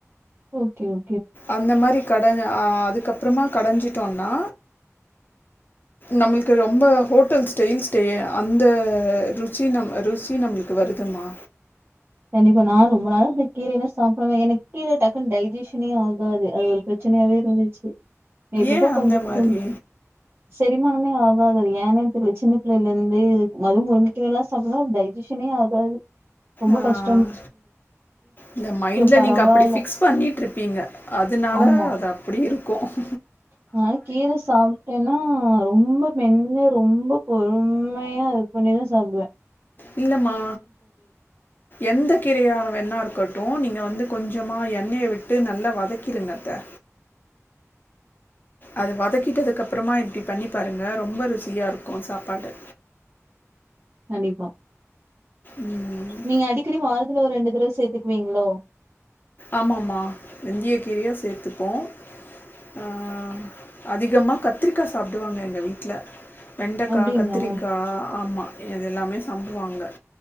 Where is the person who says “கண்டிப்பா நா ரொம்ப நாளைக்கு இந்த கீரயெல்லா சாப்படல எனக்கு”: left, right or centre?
Right